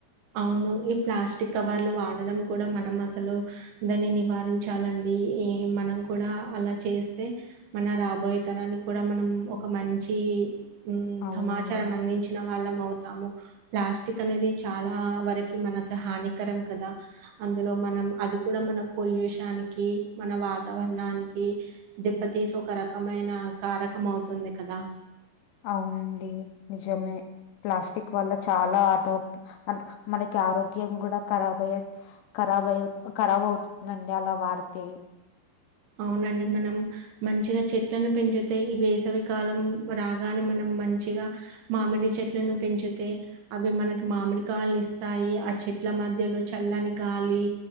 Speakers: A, on the right; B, on the left.
A: అవును ఈ ప్లాస్టిక్ కవర్లు వాడడం కూడా మనం అసలు దాన్ని నివారించాలండి ఈ మనం కూడా అలా చేస్తే మన రాబోయే తరానికి కూడా మనం ఒక మంచి ఉ
B: అవునండి
A: సమాచారం అందించిన వాళ్ళం అవుతాము ప్లాస్టిక్ అనేది చాలా వరకి మనకి హానికరం కదా అందులో మనం అది కూడా మన పొల్యూషన్ క మన వాతావరణానికి దెబ్బతీసి ఒక రకమైన కారకం అవుతుంది కదా
B: అవునండి నిజమే ప్లాస్టిక్ వల్ల చాలా ఆ అ మనకి ఆరోగ్యం కూడా కరాబ్ అయ్యే ఖరాబ్ అయ్య ఖరాబ్ అవుతుందండి అలా వాడితే
A: అవునండి మనం మంచిగా చెట్లను పెంచుతే ఈ వేసవికాలం రాగానే మనం మంచిగా మామిడి చెట్లను పెంచుతా అవి మనకి మామిడి కాయని ఇస్తాయి ఆ చెట్ల మధ్యలో చల్లని గాలి